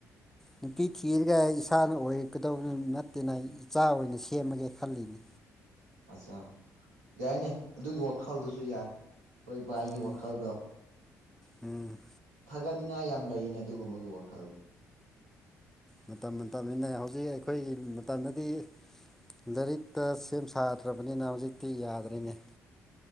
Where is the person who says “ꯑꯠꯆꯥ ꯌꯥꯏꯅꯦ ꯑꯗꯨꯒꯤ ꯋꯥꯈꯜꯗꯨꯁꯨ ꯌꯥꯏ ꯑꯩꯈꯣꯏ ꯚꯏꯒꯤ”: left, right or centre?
Right